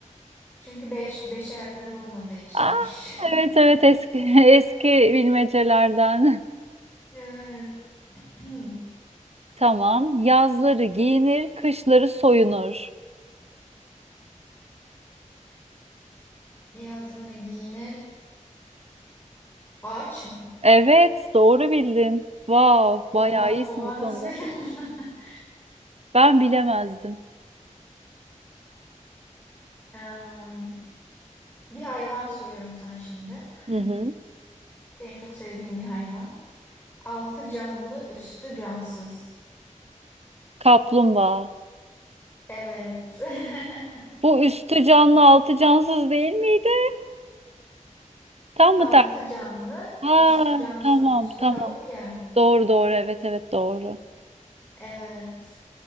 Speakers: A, on the left; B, on the right.
A: Çünkü beş, beş ayakları olmadığı içinmiş.
B: Aa,
A: <laughs>
B: evet evet eski <laughs> eski bilmecelerden.
A: Evet. <clears throat>
B: <laughs> Tamam. Yazları giyinir, kışları soyunur.
A: Yazları giyinir. Ağaç mı?
B: Evet, doğru bildin. Wow,
A: Oha,
B: bayağı iyisin
A: oha
B: bu
A: nasıl
B: konuda.
A: bildin bunu? <laughs>
B: Ben bilemezdim.
A: Em, bir hayvan soruyorum sana şimdi. <clears throat>
B: Hı hı.
A: Benim çok sevdiğim bir hayvan. Altı canlı, üstü cansız.
B: Kaplumbağa.
A: Evet. <laughs>
B: Bu üstü canlı, altı cansız değil miydi? Tam
A: Altı
B: mı
A: canlı,
B: Ha,
A: üstü cansız.
B: tamam
A: Üstü
B: tamam.
A: kabuk ya.
B: Doğru doğru evet evet doğru.
A: Evet.